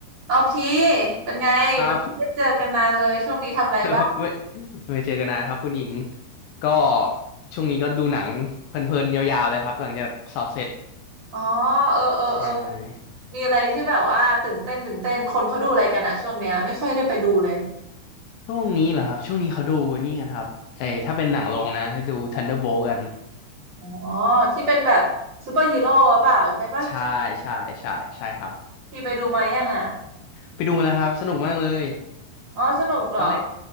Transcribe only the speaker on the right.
โอเคเป็นไงแบบได้เจอกันนานเลยช่วงนี้ทำอะไรบ้าง
อ๋อเออเออเออ
มีอะไรที่แบบว่าตื่นเต้นตื่นเต้นคนเขาดูอะไรกันอะช่วงเนี้ยไม่ค่อยได้ไปดูเลย
อ๋อที่เป็นแบบซูเปอร์ฮีโร่หรือเปล่าใช่ปะ
พี่ไปดูมายังอะ
อ๋อสนุกเหรอ